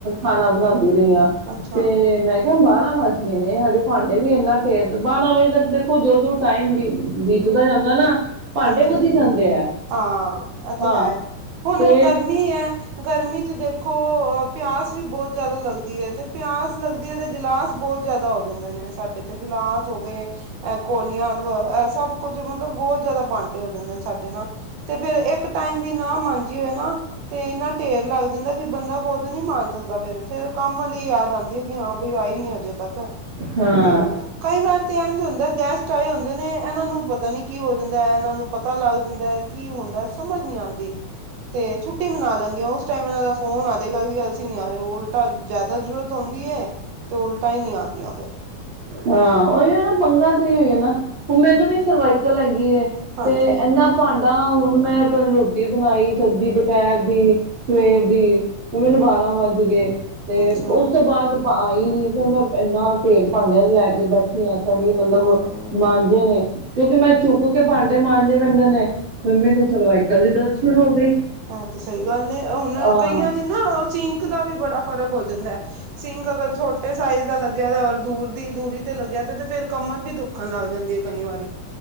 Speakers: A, on the right (about 40°); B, on the right (about 80°).
A: ਖਾਣਾ ਬਣਾਉਂਦੀ ਪਈ ਹਾਂ
B: ਅੱਛਾ
A: ਤੇ ਮੈਂ। ਬਾਰਾਂ ਵੱਜ ਗਏ ਨੇ ਹਜੇ ਭਾਂਡੇ ਵੀ ਇੰਨਾ ਢੇਰ ਬਾਰਾਂ ਵੱਜੇ ਦੇਖੋ ਜੋ ਜੋ ਟਾਈਮ ਵੀ। ਬੀਤਦਾ
B: ਹਮ
A: ਜਾਂਦਾ ਨਾ ਭਾਂਡੇ
B: ਹਾਂਜੀ-ਹਾਂਜੀ।
A: ਵਧੀ ਜਾਂਦੇ ਹੈ
B: ਹਾਂ ਇਹ ਤੇ
A: ਹਾਂ।
B: ਹੈ ਹੁਣ
A: ਤੇ
B: ਗਰਮੀ ਹੈ। ਗਰਮੀ ਚ ਦੇਖੋ ਅ ਪਿਆਸ ਵੀ ਬਹੁਤ ਜਿਆਦਾ ਲੱਗਦੀ ਐ ਤੇ ਪਿਆਸ ਲੱਗਦੀ ਹੈ ਤੇ ਗਿਲਾਸ ਬਹੁਤ ਜਿਆਦਾ ਹੋ। ਜਾਂਦੇ ਨੇ ਸਾਡੇ ਤੇ ਗਿਲਾਸ ਹੋ ਗਏ ਐਹ ਕੋਲੀਆਂ ਐ ਸਭ ਕੁੱਝ ਮਤਲਬ ਬੋਤ। ਬਹੁਤ ਜ਼ਿਆਦਾ ਭਾਂਡੇ ਹੋ ਜਾਂਦੇ ਨੇ ਸਾਡੇ ਨਾ ਤੇ ਫੇਰ ਏਕ ਟੈਮ ਵੀ ਨਾ ਮਾਂਜਿਏ ਨਾ। ਤੇ ਇੰਨਾ ਢੇਰ ਲੱਗ ਜਾਂਦੈ ਕਿ ਬੰਦਾ ਖੁੱਦ ਨੀ ਮਾਂਜ ਸਕਦਾ ਫੇਰ ਫੇਰ ਕੰਮ ਵਾਲੀ ਯਾਦ ਆਉਂਦੀ ਹੈ ਕਿ ਹਾਂ ਬਈ ਆਈ ਨੀ ਅੱਜ। ਅਜੇ ਤੱਕ
A: ਹਾਂ
B: ਤੇ ਕਈ ਵਾਰ ਤੇ ਐਝ ਹੁੰਦਾ ਗੈਸਟ ਆਏ ਹੁੰਦੇ ਨੇ। ਐਨਾਂ ਨੂੰ ਪਤਾ ਨੀ ਕੀ ਹੋ ਜਾਂਦਾ ਹੈ ਐਨਾਂ ਨੂੰ ਪਤਾ ਲੱਗ ਜਾਂਦੈ ਕੀ ਹੁੰਦੈ ਸਮਝ ਨੀ ਆਉਂਦੀ। ਤੇ ਛੁੱਟੀ ਮਨਾ ਲੈਂਦੀ ਐ ਓ ਉਸ ਟਾਈਮ ਇਹਨਾਂ ਦਾ ਫੋਨ ਆਵੇਗਾ ਕਿ ਅਸੀਂ ਨੀ ਆ ਰਹੇ ਉਹ ਉਲਟਾ। ਜ਼ਿਆਦਾ ਜ਼ਰੂਰਤ ਹੁੰਂਦੀ ਹੈ ਤੇ ਉਲਟਾਂ ਹੀ ਨਹੀਂ ਆਉਂਦੀਆਂ ਫੇਰ।
A: ਹਾਂ, ੳਇਯੋ ਨਾ ਪੰਗਾ ਤੇ ਏਯੋ ਹੈ ਨਾ ਮੈਨੂੰ
B: ਹਮ
A: ਵੀ ਸਰਵਾਈਕਲ ਹੈਗੀਏ।
B: ਹਾਂਜੀ
A: ਤੇ ਏਨਾ ਭਾਂਡਾ ਹੁਣ ਮੈਂ ਰੋਟੀ ਬਣਾਈ ਸਬਜ਼ੀ ਦੁਪੈਰ ਦੀ। ਸਵੇਰ
B: ਹਮ
A: ਦੀ ਮੈਨੂੰ ਬਾਰਾਂ ਵੱਜ ਗਏ ਤੇ
B: ਅੱਛਾ
A: ਉਸ ਤੋਂ ਬਾਅਦ। ਆਈ ਨੀ ਫਿਰ ਮੈਂ ਇੰਨਾ ਢੇਰ ਭਾਂਡਿਆਂ ਦਾ ਲੈ ਕੇ ਬੈਠੀ ਆ ਸੜੀ ਮਤਲਬ
B: ਹਮ
A: ਮਾਂਜੇ ਨੇ ਕਿਉਂਕਿ ਮੈਂ ਝੁਕ ਕੇ ਭਾਂਡੇ ਮਾਂਜਣੇ ਪੈਂਦੇ ਨੇ। ਤੇ ਮੈਨੂੰ ਸਰਵਾਈਕਲ ਦੀ ਦਰਦ ਸ਼ੁਰੂ ਹੋ ਗਈ।
B: ਹਾਂਜੀ, ਸਹੀ ਗੱਲ ਏ ਹੁਣ
A: ਹਾਂ
B: ਕਈਆਂ। ਤੇ ਨਾ ਉਹ ਸਿੰਕ ਦਾ ਵੀ ਬੜਾ ਫ਼ਰਕ ਹੋ ਜਾਂਦਾਸਿੰਕ ਅਗਰ ਛੋਟੇ ਸਾਈਜ਼ ਦਾ ਲੱਗਿਆ ਔਰ ਦੂਰ ਦੀ ਦੂਰੀ ਤੇ ਲੱਗਿਆ ਤੇ ਤੇ ਫੇਰ ਕਮਰ ਵੀ ਦੁੱਖਣ ਲੱਗ ਜਾਂਦੀ ਏ ਕਈ ਵਾਰੀ।